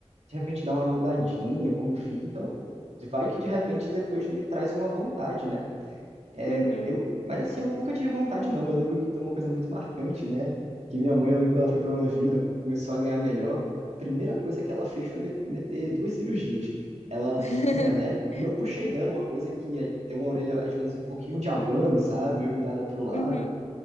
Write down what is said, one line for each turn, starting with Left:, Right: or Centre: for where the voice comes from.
Right: de repente, dá uma mudadinha como fica. Então, vai que de repente depois me traz uma vontade, né? É,
Left: Uhum.
Right: eu, mas assim, eu nunca tive vontade, não. Eu lembro que tem uma coisa muito marcante, né? Que minha mãe, eu lembro que ela foi promovida, começou a ganhar melhor. A primeira coisa que ela fez foi me- meter duas cirurgias. Ela tinha,
Left: <laughs>
Right: né? E eu puxei dela uma coisa que é- tem uma orelha, às vezes, um pouquinho de abano, sabe? Meio virada pro lado.
Left: Uhum.